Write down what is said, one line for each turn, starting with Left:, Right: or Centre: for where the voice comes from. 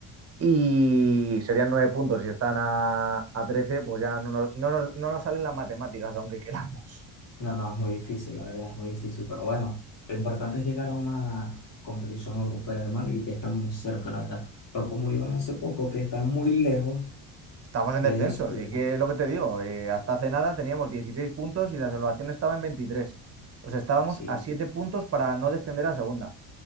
Right: y serían 9 puntos. Si están a, a 13, pues ya no nos, no nos- no nos salen las matemáticas, aunque queramos.
Left: No, no, es muy difícil, la verdad, es muy difícil, pero bueno, lo importante es llegar a una competición europea, hermano, y que están muy cerca, la verdad. Pero como iban hace poco, que están muy lejos
Right: Estamos en
Left: de
Right: descensos.
Left: eso, bueno,
Right: Y que es lo que te digo, eh, hasta hace nada teníamos 16 puntos y la salvación estaba en 23. O sea, estábamos
Left: sí,
Right: a 7 puntos para no descender a segunda.